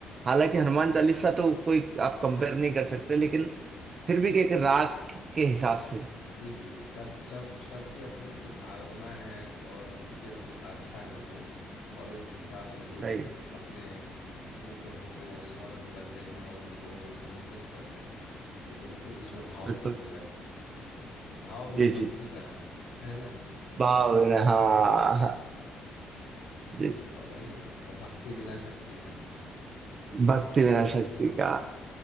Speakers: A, on the right; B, on the left.
A: हालांकि हनुमान चालीसा तो कोई आप कंपेयर नहीं कर सकते लेकिन फिर भी एक राग के हिसाब से
B: जी जी जी सब सब सबकी अपनी अपनी भावना है और उनकी अपनी आस्था है उनमें और इस हिसाब से लोग
A: सही है
B: अपने अपने प्रभु को स्मरण करते हैं और उनको समर्पित करते हैं तो बिल्कुल उसमें भाव
A: बिल्कुल
B: तो होगा ही भाव बिन
A: जी
B: भक्ति
A: जी
B: कहाँ है ना
A: भाव बिना हाँ हाँ, जी जी।
B: और वही है और भक्ति बिना शक्ति कहाँ
A: भक्ति
B: सही
A: बिना शक्ति का